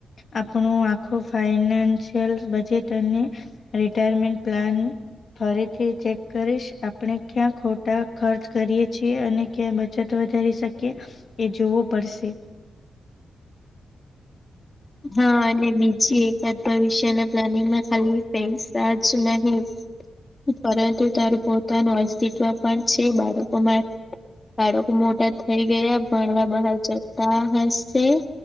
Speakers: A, on the left; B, on the left.
A: આપણું આખું ફાઈનાન્શિયલ બજેટ અને રિટાયરમેન્ટ પ્લાન ફરીથી ચેક કરીશ. આપણે ક્યાં ખોટા ખર્ચ કરીએ છીએ અને ક્યાં બચત વધારી શકીએ એ જોવું પડશે.
B: હા અને બીજી એકાદ ભવિષ્યના પ્લાનિંગમાં ખાલી પૈસા જ નહિ પરંતુ તારું પોતાનું અસ્તિત્વ પણ છે બાળકોમાં બાળકો મોટા થઈ ગયા ભણવા બહાર જતા હશે